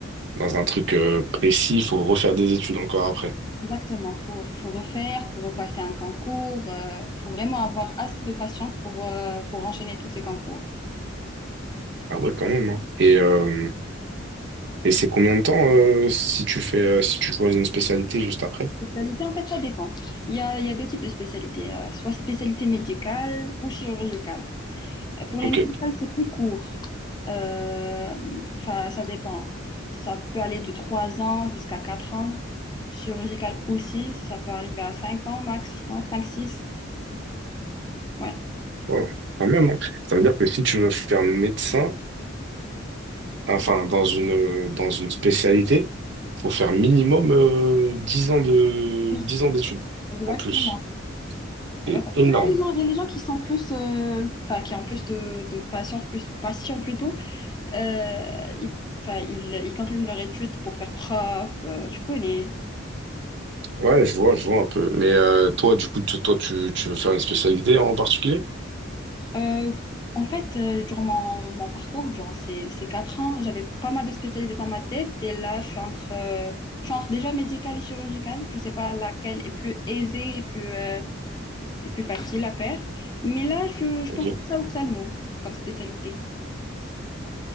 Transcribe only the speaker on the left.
exactement. Faut, faut refaire, faut repasser un concours. euh, faut vraiment avoir assez de patience pour, euh, pour enchaîner tous ces concours.
Spécialité, en fait, ça dépend. Il y a, il y a deux types de spécialités, euh, soit spécialité médicale ou chirurgicale. Pour les
musicals, c'est plus court. Euh, Enfin, ça dépend. Ça peut aller de 3 ans jusqu'à 4 ans. Chirurgical aussi, ça peut arriver à 5 ans max, je pense, cinq six. Ouais.
Oui,
exactement.
Exactement.
Après, Il y a les gens, il y a les gens qui sont plus, euh, enfin, qui ont plus de, de patience, plus patients plutôt. Euh, ils, enfin, ils, ils continuent leur étude pour faire prof, euh, tu connais.
Euh, en fait, euh, durant mon, mon parcours, durant ces, ces quatre ans, j'avais pas mal de spécialités dans ma tête. Et là, je suis entre, euh, je suis entre déjà médicale et chirurgicale. Je sais pas laquelle est plus aisée et plus, euh, et plus facile à faire. Mais là, je, je
pense plus à ophtalmo comme spécialité.